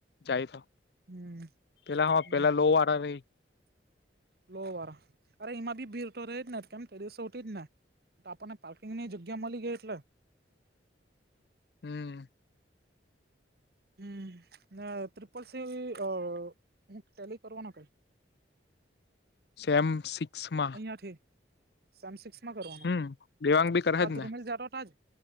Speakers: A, on the left; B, on the right.
A: જાય,
B: હમ
A: પેલા હ
B: હમ
A: પેલા લો વાળા આવે.
B: લો વાર અરે એમાં ભી ભીર તો રહી જને કેમ તે કસોટી જને આપણને પાર્કિંગની જગ્યા મળી ગઈ એટલે
A: હમ
B: હમ આ ત્રિપલ સી અ હુક ટેલી કરવાનો કે.
A: સેમ સિક્સમાં
B: ક્યાંથી સેમ સિક્સમાં કરવાના
A: હમ દેવાંગ બી કરે
B: આ
A: જ
B: ધુમિલ
A: ને
B: જાતા તા જ